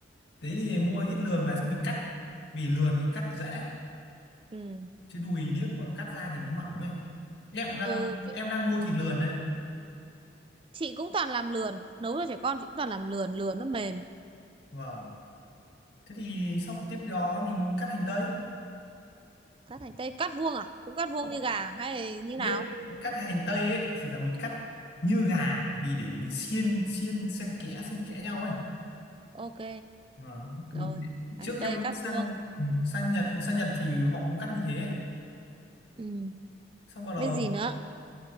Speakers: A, on the left; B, on the right.
A: thế thì mua ít lườn về xong mình cắt vì lườn thì cắt dễ
B: ừ
A: chứ đùi điếc mà cắt ra thì nó mỏng ấy em cũng đang
B: ừ
A: em đang mua thịt lườn đấy
B: chị cũng toàn làm lườn nấu cho trẻ con chị cũng toàn làm lườn lườn nó mềm
A: vâng thế thì sau tiếp đó mình cắt hành tây
B: cắt hành tây cắt vuông à cũng cắt vuông
A: Ụ,
B: như gà hay như
A: biết
B: nào
A: cắt hành tây ấy thì là mình cắt như gà vì để mình xiên xiên xen kẽ xen kẽ nhau ấy
B: ok
A: Vâng.
B: rồi
A: Trước
B: hành
A: em
B: tây cắt
A: sang
B: vuông
A: ừ, sang Nhật sang Nhật thì họ cũng cắt như thế
B: ừ.
A: xong bắt đầu
B: biết gì nữa